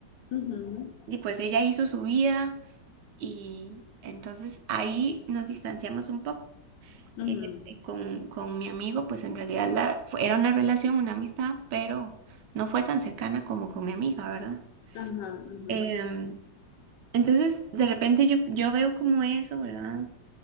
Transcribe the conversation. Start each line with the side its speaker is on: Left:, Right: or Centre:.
Left: ujú,
Right: y pues ella hizo su vida y entonces ahí nos distanciamos un poco.
Left: ujú.
Right: Eh, eh, con, con mi amigo, pues en realidad la, fue- era una relación, una amistad, pero no fue tan cercana como con mi amiga, ¿verdad?
Left: Ajá, ajá,
Right: Em, entonces, de repente yo, yo veo como eso, ¿verdad?